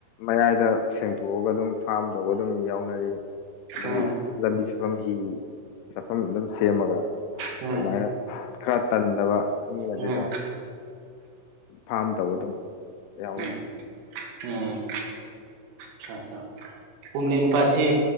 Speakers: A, on the left (about 85°); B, on the right (about 85°).
A: ꯃꯌꯥꯏꯗ ꯁꯦꯡꯇꯣꯛꯑꯒ ꯑꯗꯨꯝ ꯐꯥꯝ ꯇꯧꯕ ꯑꯗꯨꯝ ꯌꯥꯎꯅꯔꯤ ꯑꯗꯩ
B: ꯎꯝ
A: ꯂꯝꯕꯤ ꯆꯠꯐꯝ ꯍꯤ ꯆꯠꯐꯝ ꯑꯗꯨꯝ ꯁꯦꯝꯃꯒ
B: ꯎꯝ
A: ꯑꯗꯨꯃꯥꯏꯅ ꯈꯔ ꯇꯟꯗꯕ ꯃꯤ ꯑꯗꯨ
B: ꯎꯝ
A: ꯑꯗꯨꯝ ꯐꯥꯝ ꯇꯧꯕ ꯑꯗꯨꯝ ꯌꯥꯎꯅꯔꯤ
B: ꯎꯝ ꯎꯝ ꯆꯥ ꯆꯥ ꯀꯣꯝꯂꯦꯟ ꯄꯥꯠꯁꯤ